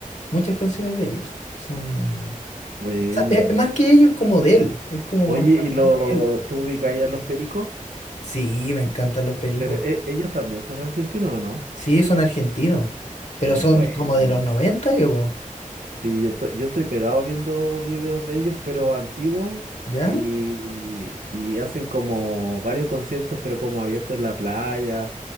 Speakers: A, on the left; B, on the right.
A: muchas canciones de ellos, son...
B: buena.
A: sea, eh, más que ellos, es como de él. Es como
B: Oye,
A: más Ujú. cantante
B: ¿y lo,
A: él.
B: tú ubicas ahí a los pericos?
A: Sí, me encantan los pericos.
B: Pero e- ellos también son argentinos, ¿o no?
A: Sí, son argentinos. Pero
B: Son
A: son
B: buenos.
A: como de los 90 yo, po.
B: Sí, yo, to- yo estoy pegado viendo videos de ellos, pero antiguos,
A: ¿Ya?
B: y, y hacen como varios conciertos, pero como abiertos en la playa,